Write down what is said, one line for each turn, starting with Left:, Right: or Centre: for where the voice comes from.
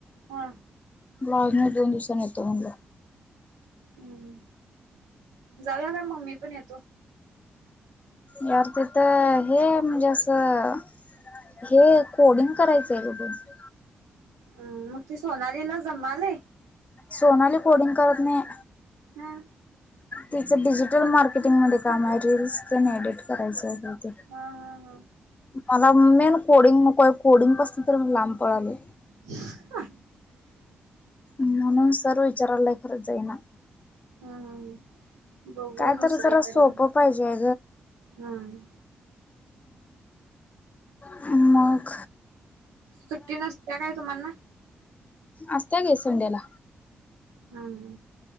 Right: हा
Left: माझं मी दोन दिवसांनी येतो म्हणलं
Right: हम्म जाणार का म मी पण येतो?
Left: यार तीथं हे म्हणजे असं हे कोडिंग करायचंय गं बसू.
Right: हम् मग ते सोनलीला जमालेय?
Left: सोनाली कोडिंग करत नाही.
Right: हा हा
Left: तिचं डिजिटल मार्केटिंग मध्ये काम आहे रीलस तेण एडिट करायचं आहे.
Right: हा हा
Left: मला मेन कोडिंग नको आहे कोडिंग पासन तर मी लांब पळाले.
Right: ह्.
Left: म्हणून सर विचारायलाय खरं जाईना.
Right: हम हम. बघूया
Left: काय
Right: दुसरीकडे
Left: तर जरा सोपं पाहिजे
Right: हम्.
Left: ह्म मग
Right: सुट्टी नसतीया काय तुम्हाना
Left: असतीय कि संंडेला
Right: हम्